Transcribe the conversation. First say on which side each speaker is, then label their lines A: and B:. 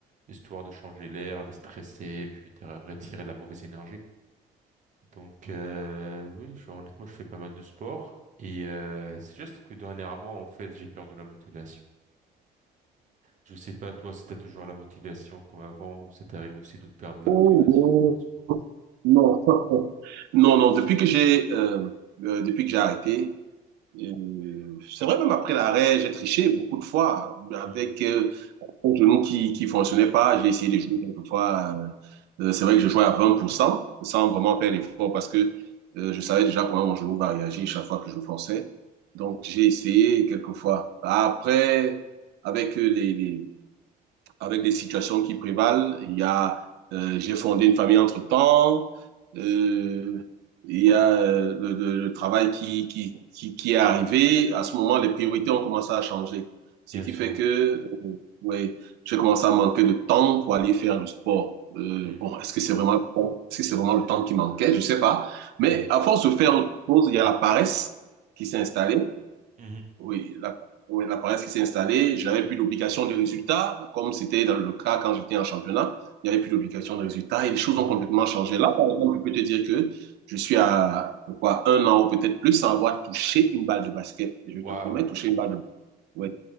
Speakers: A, on the right; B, on the right.
A: histoire de changer l'air, de stresser, puis de retirer la mauvaise énergie. Donc, euh, oui, je- honnêtement, je fais pas mal de sport. Et euh, c'est juste que dernièrement, en fait, j'ai perdu la motivation. Je sais pas, toi, si t'as toujours la motivation comme avant, ou ça t'arrive aussi de perdre la
B: Oh,
A: motivation
B: oh.
A: à faire du sport.
B: Non. <laughs> Non, non, depuis que j'ai euh, euh, depuis que j'ai arrêté, Euh, c'est vrai, même après l'arrêt, j'ai triché beaucoup de fois avec
A: Hmm,
B: euh, mon genou qui qui fonctionnait pas. J'ai essayé de jouer quelques fois. euh, euh, c'est vrai que je jouais à 20% sans vraiment faire l'effort parce que euh, je savais déjà comment mon genou va réagir chaque fois que je forçais. Donc, j'ai essayé quelques fois. Après, avec euh, les, les, avec des situations qui prévalent. Il y a, euh, j'ai fondé une famille entre-temps. Euh, il y a euh, le, le- le travail qui, qui, qui, qui est arrivé. À ce moment, les priorités ont commencé à changer. Ce
A: bien
B: qui
A: sûr.
B: fait que, euh, ouais, j'ai commencé à manquer de temps pour aller faire le sport. Euh,
A: Hmm,
B: bon, est-ce que c'est vraiment, est-ce que c'est vraiment le temps qui manquait? Je sais pas. Mais
A: hmm,
B: à force de faire autre chose, il y a la paresse qui s'est installée.
A: hmm,
B: Oui, la, oui, la paresse qui s'est installée, je n'avais plus d'obligation de résultat, comme c'était dans le cas quand j'étais en championnat. Il n'y avait plus d'obligation de résultat et les choses
A: hmm.
B: ont complètement changé. Là, par exemple, je peux te dire que je suis à quoi, un an ou peut-être plus sans avoir touché une balle de basket. Je
A: Waouh.
B: te promets, toucher une balle de basket. Ouais.